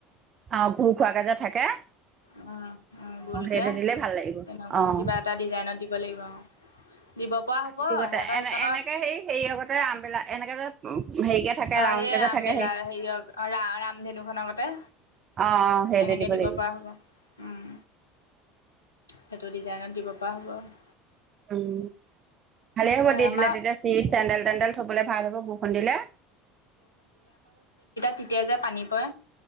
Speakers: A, on the right; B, on the left.
A: অ', ঘূৰ খোৱাকে যে থাকে।
B: উম, উম
A: অ',
B: গোলকে,
A: সেইটো দিলে ভাল লাগিব
B: এনেকুৱা
A: অ'।
B: কিবা এটা ডিজাইনত দি ব লাগিব। দিব পৰা
A: ছাতিটো
B: হ'ব
A: গতে,
B: সিহঁতৰ
A: এনে-এনেকে
B: সেইকণত
A: হেৰি হেৰিঅগতে আমবেলা এনেকে যে হেৰিকে থাকে,
B: অ
A: ৰাউণ্ডকে
B: সেই
A: যে
B: আমবেলা
A: থাকে সেই
B: হেৰিঅ, অ' ৰা-ৰামধেনু খনৰ গতে।
A: অ' অ', সেইদে
B: তেনেকে
A: দিব লাগিব।
B: পৰা হ'ব উম, সেইটো ডিজাইনত দিব পৰা হ'ব।
A: উম, ভালেই
B: এ
A: হ'ব দি
B: আমাৰ
A: দিলে, তেতিয়া চিৰিট চেণ্ডেল তেন্দেল থ'বলে ভাল হ'ব। বৰষুণ দিলে
B: তেতিয়া যে পানী পৰে।